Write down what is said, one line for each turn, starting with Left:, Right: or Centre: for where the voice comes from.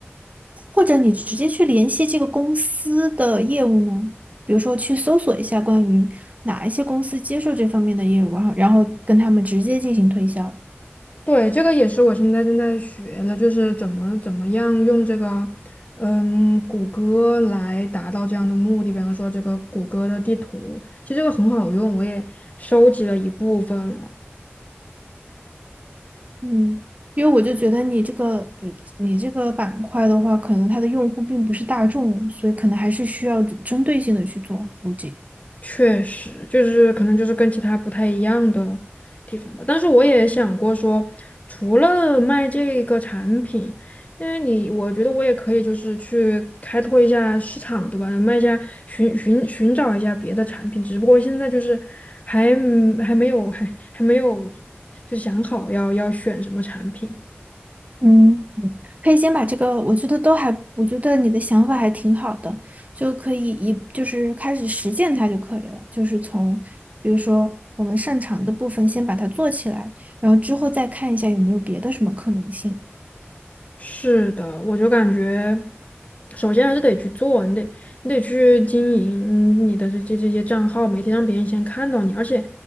Right: 或者你直接去联系这个公司的业务呢？比如说去搜索一下关于哪一些公司接受这方面的业务，然后然后跟他们直接进行推销。
Left: 对，这个也是我现在正在学的，就是怎么怎么样用这个嗯谷歌来达到这样的目的。比方说这个谷歌的地图，其实这个很好用，我也收集了一部分了。
Right: 嗯，因为我就觉得你这个呃，你这个板块的话，可能它的用户并不是大众，所以可能还是需要针对性的去做估计。
Left: 确实，就是可能就是跟其他不太一样的地方吧。但是我也想过说，除了卖这个产品，因为你，我觉得我也可以就是去开拓一下市场，对吧？卖一下，寻寻寻找一下别的产品。只不过现在就是还还没有还还没有就想好要要选什么产品。
Right: 嗯，可以先把这个，我觉得都还，我觉得你的想法还挺好的，就可以一就是开始实践它就可以了，就是从比如说我们擅长的部分先把它做起来，然后之后再看一下有没有别的什么可能性。
Left: 是的，我就感觉，首先还是得去做，你得你得去经营你的这这这些账号，媒体让别人先看到你，而且